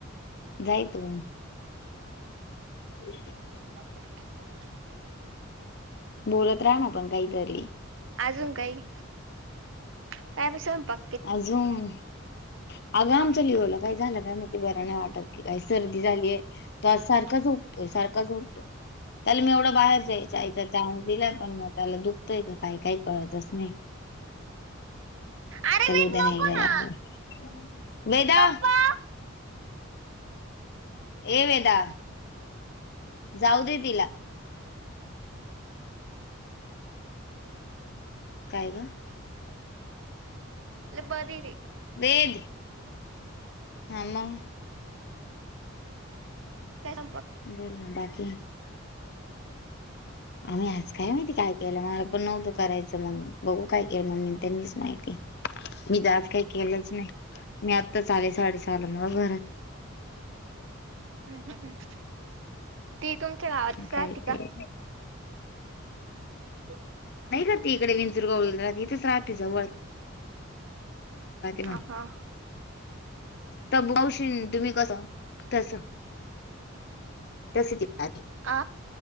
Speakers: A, on the left (about 50°); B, on the right (about 65°).
A: जाय तू. ह,
B: प,
A: बोलत राहा ना पण काहीतरी,,
B: अजून काही? काय बि सौयपा
A: अजून. आग आमच लिवूला काही झालं काय माहित, ते बरा नाही वाटत की काही सर्दी झालीयऽ तो आज सारखा झोपतोय, सारखा झोपतो, त्याला मी एवढा बाहेर जाय आयता चान्स दिलाय, पण मग त्याला दुखतंय का काही काही कळतच नाही.
B: अरे
A: त्याला
B: वेट
A: उद्या
B: नको
A: नाही ग
B: ना
A: दाखवत,, वेदाऽ
B: पप्पा
A: ये वेदा, जाऊ दे तिला,, काय का
B: बदरी
A: वेद ह म
B: काय संप
A: बोलण बाकी आम्ही आज काय माहिती काय केलं ममला पण नव्हतं करायचं मग बघू काय केलं मम्मी त्यांनीच माहिती मी तर आज काही केलंच नाही मी आत्ता चाले साडेस आलं मग घरात
B: हम् हम् हम् ती तुमच्या गावातच राहती
A: काय ते
B: का हो
A: नाही कर त इकडे विंचुरगावह इथेच राहते जवळ म्ह
B: हा हा
A: त बवशी तुम्ही कस तस तस त
B: आ